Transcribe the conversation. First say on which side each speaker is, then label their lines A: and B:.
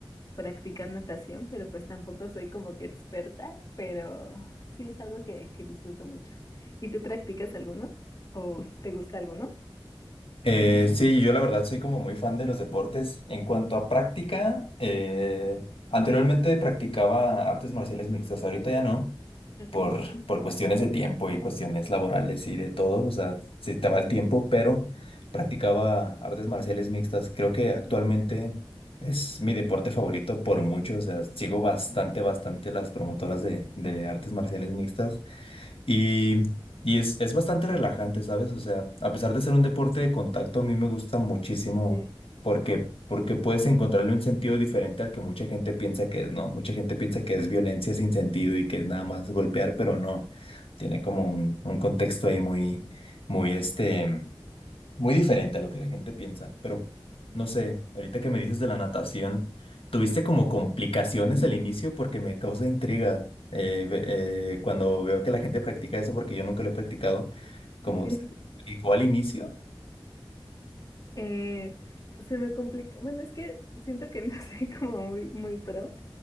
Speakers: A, on the left (about 40°); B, on the left (about 80°).
A: practicar natación, pero pues tampoco soy como que experta, pero sí es algo que, que disfruto mucho. ¿Y tú practicas alguno o te gusta alguno?
B: Eh, sí, yo la verdad soy como muy fan de los deportes. En cuanto a práctica, eh, anteriormente practicaba artes marciales mixtas, ahorita ya no.
A: okay
B: por, por cuestiones de tiempo y cuestiones laborales y de todo, o sea, se te va el tiempo, pero practicaba artes marciales mixtas. Creo que actualmente es mi deporte favorito por mucho, o sea, sigo bastante, bastante las promotoras de, de artes marciales mixtas y, y es, es bastante relajante, ¿sabes? O sea, a pesar de ser un deporte de contacto, a mí me gusta muchísimo
A: Sí,
B: porque, porque puedes encontrarle un sentido diferente al que mucha gente piensa que es, ¿no? Mucha gente piensa que es violencia sin sentido y que es nada más golpear, pero no. Tiene como un, un contexto ahí muy, muy este. Muy diferente a lo que la gente piensa, pero no sé, ahorita que me dices de la natación, ¿tuviste como complicaciones al inicio? Porque me causa intriga eh, ve- eh, cuando veo que la gente practica eso, porque yo nunca lo he practicado, como
A: ok.
B: se te complicó al inicio.
A: Eh, se me complica, bueno, es que siento que no <laughs> soy como muy, muy pro,